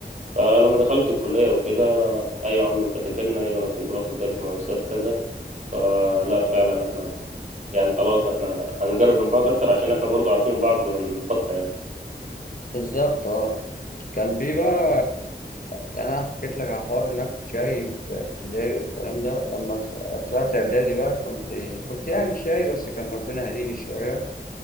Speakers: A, on the right (about 45°); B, on the left (about 50°).
A: فلما دخلت الكلية وكده ايوه يا عم انت فاكرنا ايوه انا كنت باخد درس مع الاستاذ كذا فلا فعلا احنا يعني خلاص احنا هنقرب من بعض اكتر عشان احنا برضو عارفين بعض من فترة يعني
B: بالظبط اه كان في بقى يعني أنا حكيت لك على حوار إنك كنت شاي في ابتدائي والكلام ده لما ط- طلعت إعدادي بقى كنت كنت يعني شاي بس كان ربنا هديني شوية